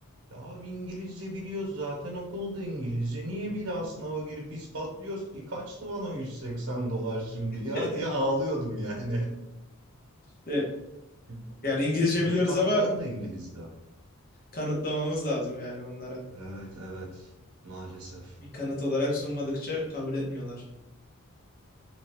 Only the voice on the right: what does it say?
ya abi İngilizce biliyoruz zaten okulda İngilizce. Niye bir daha sınava girip ispatlıyoruz ki? Kaçtı bana 180 dolar şimdi
ya diye ağlıyordum yani.
<laughs>
Bir
de patron
da İngilizdi.
Evet evet maalesef.